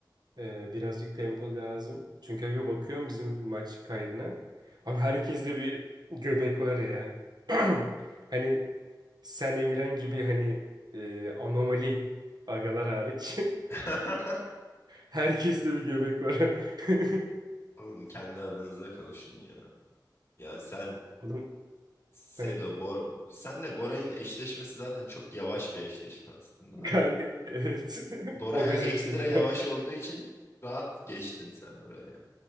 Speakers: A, on the right; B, on the left.
A: Ee, birazcık tempo lazım. Çünkü aga bakıyorum bizim maç kaydına. Abi herkeste bir göbek var ya. <clears throat> Hani sen Emirhan gibi hani e, anomali agalar hariç. <laughs>
B: <laughs>
A: Herkeste bir göbek var. <laughs>
B: Oğlum kendi adınıza konuşun ya. Ya sen
A: Oğlum
B: Sedo,
A: he,
B: Bor senle Boray'ın eşleşmesi zaten çok yavaş bir eşleşme aslında da.
A: kanka evet. <laughs>
B: Bora
A: Obez
B: ekstra
A: eşleşme.
B: yavaş olduğu için rahat geçtin sen oraya.